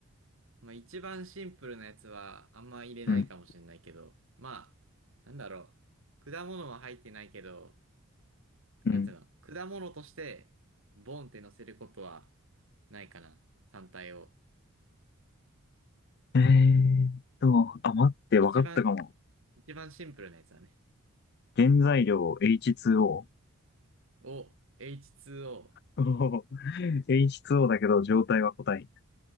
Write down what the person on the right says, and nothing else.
まあ、一番シンプルなやつは、あんま入れないかもしれないけど、
まあ、なんだろう。果物は入ってないけど、
なんていうの、果物として、ボンって乗せることは、ないかな。単体を。
まあ、
一番、一番シンプルなやつだね。
を H2O。